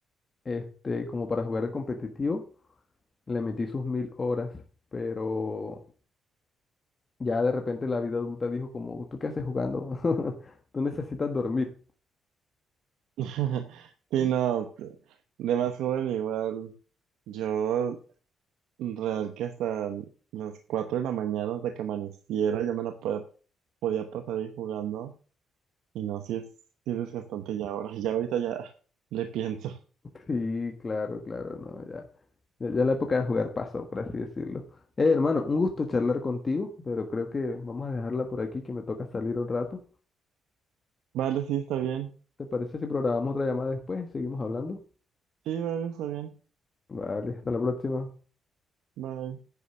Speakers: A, on the left; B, on the right.
A: este, como para jugar el competitivo. Le metí sus mil horas, pero ya de repente la vida adulta dijo como, ¿tú qué haces jugando? <laughs> Tú necesitas dormir.
B: <laughs> Sí,
A: <laughs>
B: no, de más joven igual, yo real que hasta las 4 de la mañana hasta que amaneciera yo me la podía, podía pasar ahí jugando. Y no, si es, si es desgastante ya ahora. <laughs> Ya ahorita ya le pienso.
A: Sí, claro, claro, no, ya. Ya, ya la época de jugar pasó, por así decirlo. Eh, hermano, un gusto charlar contigo, pero creo que vamos a dejarla por aquí, que me toca salir un rato.
B: Vale, sí, está bien.
A: Sí. ¿Te parece si programamos otra llamada después y seguimos hablando?
B: Sí, vale, está bien.
A: Vale, hasta la próxima.
B: Bye.